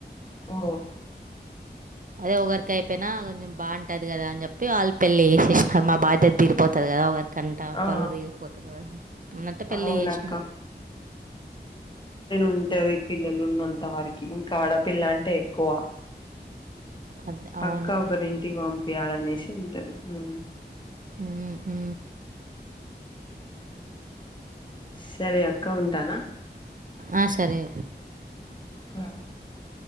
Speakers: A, on the left (about 25°); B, on the right (about 50°).
A: ఓ
B: అదే ఒగరికి అయిపోయినా కొంచెం బాగుంటది కదా అని చెప్పి వాళ్ళ పెళ్లి చేసేసినారు మా బాధ్యత తిరిపోతాది కదా ఒక కంట
A: ఆ
B: బరువు తీరిపోతది కదా అన్నట్టే పెళ్ళి
A: అవునక్క
B: చేసినారు
A: ఉంటాది పిల్లలున్న అంత వారికి ఇంకా ఆడపిల్ల అంటే ఎక్కువ
B: అది
A: పక్క
B: అవును
A: ఒకరి ఇంటికి పంపియాలనేసి ఉంటది అ
B: ఉహు.
A: సరే అక్క ఉంటానా.
B: ఆ సరే.
A: ఆ